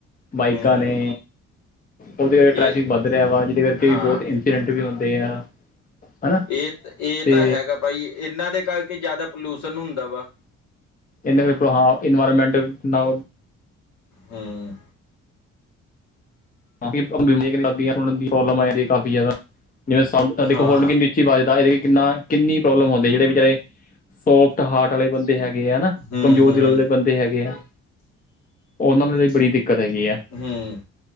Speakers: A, on the left; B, on the left.
A: ਬਾਈਕਾਂ
B: ਹੂੰ
A: ਨੇ ਉਹਦੇ ਕਰਕੇ
B: ਇਹ
A: ਟ੍ਰੈਫਿਕ ਵੱਧ ਰਿਹਾ ਵਾ ਜਿਹਦੇ ਕਰਕੇ
B: ਹਾਂ
A: ਬਹੁਤ ਇੰਸੀਡੈਂਟ ਵੀ ਹੁੰਦੇ ਆ ਹਨਾ
B: ਇਹ ਇਹ
A: ਤੇ
B: ਤਾਂ ਹੈਗਾ ਭਾਈ ਇਹਨਾਂ ਦੇ ਕਰਕੇ ਜ਼ਿਆਦਾ ਪੋਲਿੂਸ਼ਨ ਹੁੰਦਾ ਵਾ
A: ਇਹ ਹਾਂ ਇਨਵਾਇਰਮੈਂਟ ਨਾ
B: ਹਮ
A: ਲੱਗਦੀ ਪ੍ਰੋਬਲਮ ਆ ਕਾਫੀ ਜਿਆਦਾ ਜਿਵੇਂ
B: ਹਾਂ
A: ਉਚੀ ਵਾਜ ਦਾ ਇਹਦੇ ਕਿੰਨਾ ਕਿੰਨੀ ਪ੍ਰੋਬਲਮ ਹੁੰਦੀ ਜਿਹੜੇ ਬਾਰੇ ਸੋਫਟ ਹਾਰਟ ਵਾਲੇ ਬੰ ਹੈਗੇ ਆਾ
B: ਹੂੰ
A: ਕਮਜ਼ੋਰ
B: ਹੂੰ
A: ਦਿਲ ਦੇ ਬੰਦੇ ਹੈਗੇ ਆ ਉਹਨਾਂ ਦੇ ਲਈ ਬੜੀ ਦਿੱਕਤ ਹੈਗੀ ਆ
B: ਹ